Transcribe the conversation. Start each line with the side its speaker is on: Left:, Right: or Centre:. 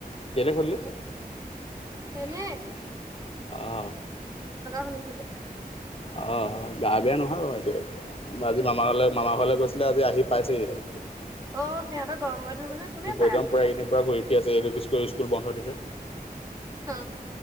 Left: কেলে সুধিলি?
Right: অ এনেই
Left: অহ
Right: শুনিছিলো
Left: অহ অ গা বেয়া নহয় বাও এতিয়া আজি মামাৰ ঘৰলৈ মামাৰ ঘৰলৈ গৈছিলে আজি আহি পাইছেহি
Right: অ সিহঁতৰ গৰম বন্ধ নহয় কোনে পায়
Left: একদম
Right: আও
Left: পুৰা এইকেইদিন পুৰা ঘূৰি ফুৰি আছে এইটো স্কুল স্কুল বন্ধ দিছে
Right: অ